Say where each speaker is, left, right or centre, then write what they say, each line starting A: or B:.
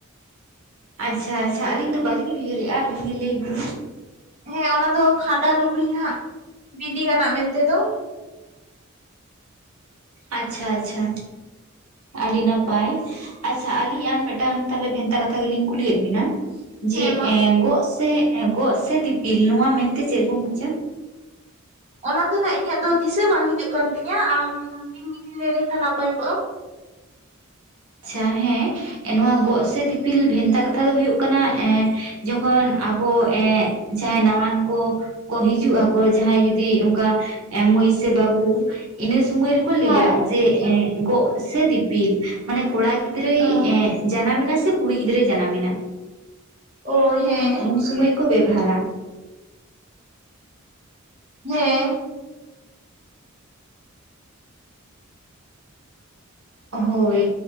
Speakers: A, on the right (about 80°); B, on the right (about 30°).
A: ᱟᱪᱪᱷᱟ ᱟᱪᱪᱷᱟ ᱟᱹᱞᱤᱧ ᱫᱚ ᱵᱟᱹᱞᱤᱧ ᱩᱭᱦᱟᱹᱨᱮᱜᱼᱟ ᱟᱵᱤᱱ ᱜᱮ ᱞᱟᱹᱭ ᱵᱤᱱ
B: ᱦᱮᱸ ᱚᱱᱟ ᱫᱚ ᱠᱷᱟᱸᱰᱟ ᱞᱩᱜᱽᱲᱤ ᱱᱟᱦᱜ ᱵᱤᱸᱫᱤ ᱜᱟᱱᱟᱜ ᱢᱮᱱᱛᱮ ᱫᱚ
A: ᱟᱪᱪᱷᱟ ᱟᱪᱪᱷᱟ ᱟᱰᱤ ᱱᱟᱯᱟᱭ ᱟᱪᱪᱷᱟ ᱟᱹᱞᱤᱧ ᱟᱨ ᱢᱤᱫᱴᱟᱝ ᱛᱟᱦᱞᱮ ᱵᱷᱮᱱᱛᱟ ᱠᱟᱛᱷᱟ ᱜᱮᱞᱤᱧ ᱠᱩᱞᱤᱭᱮᱫ ᱵᱤᱱᱟ ᱡᱮ
B: ᱦᱮᱸ ᱢᱟ
A: ᱮᱸ ᱜᱚᱜ ᱥᱮ ᱮ ᱜᱚᱜ ᱥᱮ ᱫᱤᱯᱤᱞ ᱱᱚᱣᱟ ᱢᱮᱱᱛᱮ ᱪᱮᱫ ᱵᱚᱱ ᱵᱩᱡᱟ?
B: ᱚᱱᱟ ᱫᱚ ᱱᱟᱦᱜ ᱤᱧᱟᱹᱜ ᱫᱚ ᱫᱤᱥᱟᱹ ᱵᱟᱝ ᱦᱤᱡᱩᱜ ᱠᱟᱱ ᱛᱤᱧᱟᱹ ᱟᱢ ᱵᱤᱱ ᱜᱮᱵᱤᱱ ᱞᱟᱹᱭ ᱞᱮᱠᱷᱟᱱ ᱱᱟᱯᱟᱭ ᱠᱚᱜᱼᱟ
A: ᱪᱷᱟ ᱦᱮᱸ ᱮ ᱱᱚᱣᱟ ᱜᱚᱜ ᱥᱮ ᱫᱤᱯᱤᱞ ᱵᱷᱮᱱᱛᱟ ᱠᱟᱛᱷᱟ ᱫᱚ ᱦᱩᱭᱩᱜ ᱠᱟᱱᱟ ᱮᱸᱻ ᱡᱚᱠᱷᱚᱱ ᱟᱵᱚ ᱮᱸᱻ ᱡᱟᱸᱦᱟᱸᱭ ᱱᱟᱣᱟᱱ ᱠᱚ ᱠᱚ ᱦᱤᱡᱩᱜ ᱟᱠᱚ ᱡᱟᱸᱦᱟᱸᱭ ᱡᱩᱫᱤ ᱚᱱᱠᱟ ᱮ ᱢᱟᱹᱭ ᱥᱮ ᱵᱟᱹᱵᱩ ᱤᱱᱟᱹ ᱥᱩᱢᱚᱭ ᱨᱮᱠᱚ ᱞᱟᱹᱭᱟ
B: ᱦᱮᱸ
A: ᱡᱮ ᱮᱜ ᱜᱚᱜ ᱥᱮ ᱫᱤᱯᱤᱞ ᱢᱟᱱᱮ ᱠᱚᱲᱟ ᱜᱤᱫᱽᱨᱟᱹᱭ
B: ᱦᱮᱸ
A: ᱮᱜ ᱡᱟᱱᱟᱢ ᱮᱱᱟ ᱥᱮ ᱠᱩᱲᱤ ᱜᱤᱫᱽᱨᱟᱹ ᱡᱟᱱᱟᱢ ᱮᱱᱟ
B: ᱚ ᱦᱮᱸ
A: ᱩᱱ ᱥᱩᱢᱟᱹᱭ ᱠᱚ ᱵᱮᱵᱷᱟᱨᱟ
B: ᱦᱮᱸ
A: ᱦᱳᱭ